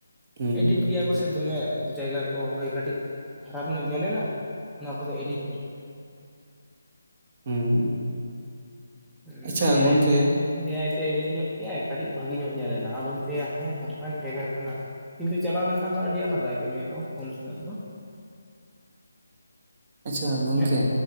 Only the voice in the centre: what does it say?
ᱮᱰᱤᱴ
ᱜᱮᱭᱟ ᱠᱚ ᱥᱮ ᱫᱚᱢᱮ ᱡᱟᱭᱜᱟ ᱠᱚ ᱦᱳᱭ ᱠᱟᱹᱴᱤᱡ ᱠᱷᱟᱨᱟᱯ ᱧᱚᱜ ᱧᱮᱞᱮᱱᱟ ᱚᱱᱟ ᱠᱚᱫᱚ ᱮᱰᱤᱴ ᱧᱚᱜ
ᱦᱩᱸ
ᱮᱟᱭᱛᱮ
ᱮ ᱟᱭᱛᱮ ᱮᱰᱤᱴ ᱧᱚᱜ ᱠᱮᱫᱼᱟᱭ ᱠᱟᱹᱴᱤᱡ ᱵᱷᱟᱹᱜᱤ ᱧᱚᱜ ᱧᱮᱞᱮᱱᱟ ᱟᱫᱚᱢ ᱞᱟᱹᱭᱟ ᱦᱮᱸ ᱱᱚᱝᱠᱟᱱ ᱡᱟᱭᱜᱟ ᱠᱟᱱᱟ ᱠᱤᱱᱛᱩ ᱪᱟᱞᱟᱣ ᱞᱮᱱᱠᱷᱟᱱ ᱫᱚ ᱟᱹᱰᱤ ᱟᱞᱟᱫᱟ ᱜᱮ ᱧᱚᱜᱼᱟ ᱯᱷᱳᱱ ᱠᱷᱚᱱᱟᱜ ᱫᱚ
ᱦᱮᱸ